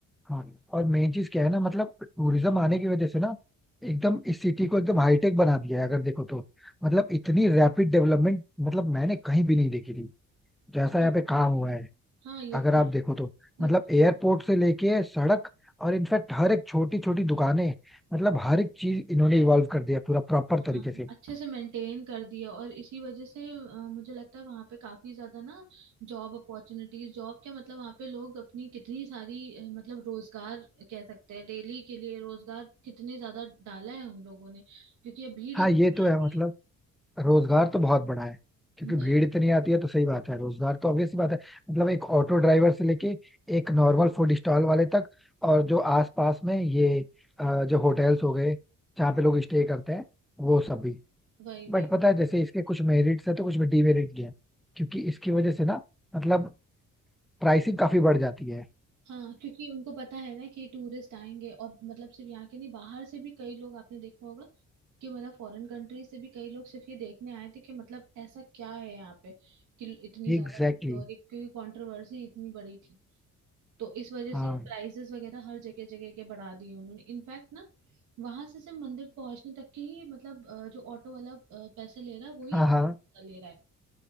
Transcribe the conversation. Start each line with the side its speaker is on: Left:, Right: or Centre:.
Centre: हाँ और मेन चीज क्या है ना मतलब टूरिज्म आने की वजह से ना एकदम इस सिटी को एकदम हाईटेक बना दिया है अगर देखो तो मतलब इतनी रैपिड डेवलपमेंट मतलब मैंने कहीं भी नहीं देखी थी जैसा यहाँ
Right: हाँ
Centre: पे काम हुआ है
Right: हाँ ये तो
Centre: अगर आप देखो तो
Right: ये
Centre: मतलब
Right: तो
Centre: एयरपोर्ट से लेके सड़क और इनफैक्ट हर एक छोटी छोटी दुकानें मतलब हर एक चीज इन्होंने इवॉल्व कर दिया पूरा प्रॉपर तरीके
Right: हाँ
Centre: से
Right: अच्छे से मेंटेन कर दिया और इसी वजह से अ, मुझे लगता है वहाँ पे काफी ज्यादा ना जॉब अपॉर्चुनिटीज जॉब क्या मतलब वहाँ पे लोग अपनी कितनी सारी अ, मतलब रोजगार कह सकते हैं डेली के लिए रोजगार कितने ज्यादा डाला है उन लोगों ने क्योंकि अब भीड़
Centre: हाँ
Right: इतनी
Centre: ये तो है
Right: आती
Centre: मतलब
Right: है
Centre: रोजगार तो बहुत बड़ा है क्योंकि
Right: वही
Centre: भीड़ इतनी आती है तो सही बात है रोजगार तो ऑब्वियस सी बात है मतलब एक ऑटो ड्राइवर से लेके एक नॉर्मल फूड स्टॉल वाले तक और जो आसपास में ये अ, जो होटल्स हो गए जहाँ पे लोग स्टे करते हैं वो सब भी
Right: वही
Centre: बट
Right: वही
Centre: पता है जैसे इसके कुछ मेरिट्स है तो कुछ डीमेरिट भी है क्योंकि इसकी वजह से ना मतलब प्राइसिंग काफी बढ़ जाती है
Right: हाँ क्योंकि उनको पता है ना कि टूरिस्ट आएंगे और मतलब सिर्फ यहाँ के नहीं बाहर से भी कई लोग आपने देखा होगा कि मतलब फॉरेन कंट्रीज से भी कई लोग सिर्फ ये देखने आए थे कि मतलब ऐसा क्या है यहाँ पे कि इतनी ज्यादा
Centre: Exactly
Right: भीड़
Centre: exactly.
Right: हो रही क्योंकि कंट्रोवर्सी इतनी बड़ी थी तो इस वजह
Centre: हाँ
Right: से प्राइसेस वगैरह हर जगह जगह के बढ़ा दिए उन्होंने इनफैक्ट ना वहां से सिर्फ मंदिर पहुंचने तक की ही मतलब अ, जो ऑटो वाला अ, पैसे ले रहा है वो ही
Centre: हाँ हाँ
Right: ले रहा है